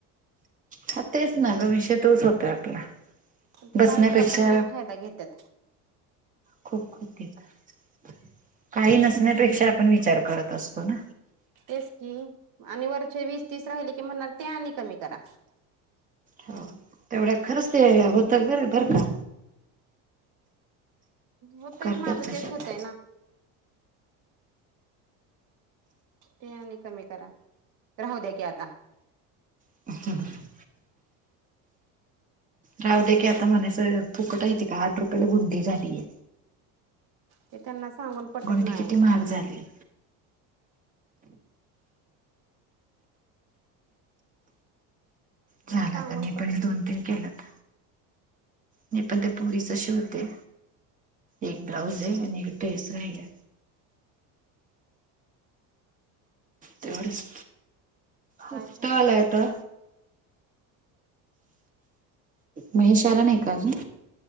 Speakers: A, on the right (about 20°); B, on the right (about 55°).
A: हा तेच ना गं, विषय तोच होतंय आपला.
B: ते
A: बसण्यापेक्षा
B: बायका पण लय फायदा घेत्यात.
A: खूप खूप ते तर. काही नसण्यापेक्षा आपण विचार करत असतो ना.
B: तेच की आणि वरचे वीस तीस राहिले की, म्हणणार ते आणि कमी करा.
A: हा तेवढ्या खरंच ते होतात बर बर का.
B: होतंय
A: करतात
B: माझं
A: तशा
B: तेच, होतंय
A: त्या.
B: ना. ते आणि कमी करा, राहू दे की आता.
A: <unintelligible> राहू दे की आता म्हणायचं, फुकट हाय तका आठ रुपयाला गुंडी झालीय.
B: ते त्यांना सांगून. पटत
A: गुंडी
B: नाही
A: किती महाग झालीयं. झाला
B: सांगून
A: तर मी
B: पटत
A: पण हे दोन
B: नाही
A: तीन केलंत, मी पण ते पुरीच शिवते. एक ब्लाऊज आहे आणि एक ड्रेस स राहिलाय. तेवढंच हप्ता
B: काय करायचं
A: आलाय आता. महेश आला नाही का अजून.